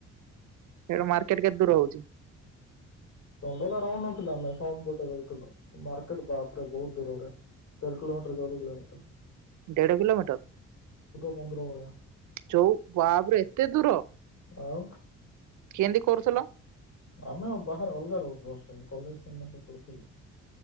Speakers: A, on the right; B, on the left.
A: ସେଇା ମାର୍କେଟ କେତେ ଦୂର ହଉଛି
B: ଦନ୍ଦା ରହୁନଥିଲା ଆମେ ସୋନପୁରେ ରହୁଥିଲୁ ମାର୍କେଟ ବାପରେ ବହୁତ ଦୂରରେ ତେରିଲୋମଟର ଚଦ କିଲୋମଟର
A: ଦେଢ କିଲୋମିଟର
B: ପନ୍ଦର ଭଳିଆ
A: ଚୋଉ ବାହାପରେ ଏତେ ଦୂର
B: ଆଉ
A: କେମିତି କରୁଥିଲ
B: ଆମେ ବାହାରେ ଅଲଗା ରହୁଥିଲୁ ହେଷ୍ଟେଲରେ କଲେଜ ସି ପଢୁଥିଲୁ